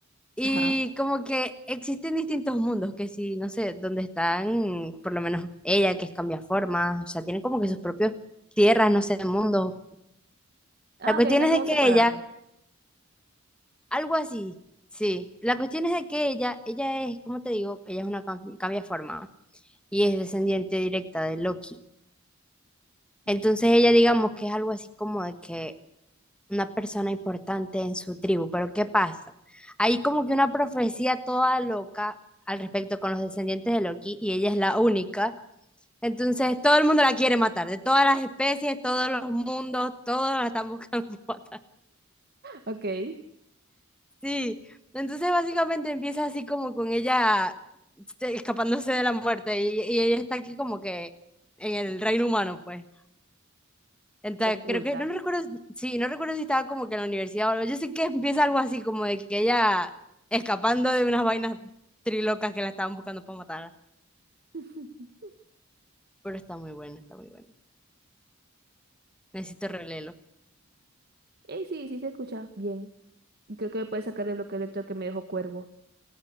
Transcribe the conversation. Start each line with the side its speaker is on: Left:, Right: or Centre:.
Centre: Y
Right: Ajá.
Centre: como que existen distintos mundos, que si, no sé, donde están, por lo menos ella, que es cambia forma, o sea, tiene como que sus propios tierras, no sé, mundos.
Right: Ah,
Centre: La cuestión
Right: ok, están
Centre: es
Right: como
Centre: de que
Right: separados.
Centre: ella,
Right: <laughs>
Centre: algo así, sí, la cuestión es de que ella, ella es, como te digo, ella es una cambia forma y es descendiente directa de Loki.
Right: Mm.
Centre: Entonces ella, digamos que es algo así como de que una persona importante en su tribu. Pero ¿qué pasa? Hay como que una profecía toda loca al respecto con los descendientes de Loki y ella es la única. Entonces todo el mundo la quiere matar, de todas las especies, todos los mundos, todos la están buscando <laughs> matar.
Right: Ok.
Centre: Sí, entonces básicamente empieza así como con ella este, escapándose de la muerte y, y ella está aquí como que en el reino humano, pues. Entonces,
Right: Oculta.
Centre: creo que, no no recuerdo, sí, no recuerdo si estaba como que en la universidad o algo. Yo sé que empieza algo así, como de que ella escapando de unas vainas trilocas que la estaban buscando para matarla.
Right: <laughs>
Centre: Pero está muy bueno, está muy bueno. Necesito releerlo,
Right: Eh, sí, sí se escucha bien. Y creo que me puede sacar del bloqueo de lector que me dejó Cuervo.